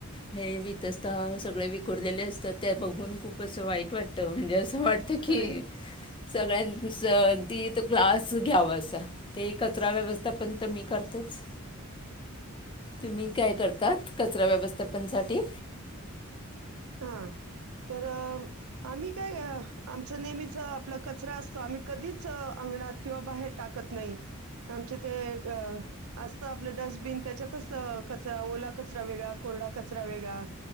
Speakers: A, on the left; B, on the right.
A: हे वितस्ता सगळे विकुरलेले असतात ते बघून खूप असं वाईट वाटतं म्हणजे अस अस वाटत
B: खरं
A: की
B: आहे
A: सगळ्यां अगदी तीथ क्लास घ्यावा असा ते कचरा व्यवस्थापन तर मी करतेच तुम्ही काय करताात कचरा व्यवस्थापनसाठी
B: हा तर आम्ही काय आमच नेहमीच आपला कचरा असतो आम्ही कधीच अंगणात किंवा बाहेर टाकत नाही आमचे ते असत आपलं डस्टबिन त्याच्यातच कचरा ओला कचरा वेगळा कोरडा कचरा वेगळा